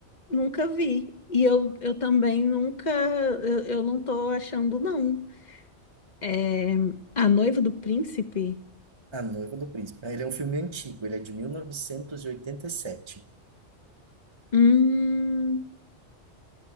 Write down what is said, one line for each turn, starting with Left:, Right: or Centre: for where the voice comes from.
Left: nunca vi. E eu, eu também nunca, eu, eu não tô achando, não. É, a noiva do príncipe.
Right: A Noiva do Príncipe. Ah, Ele é um filme antigo, ele é de 1987.
Left: Hum,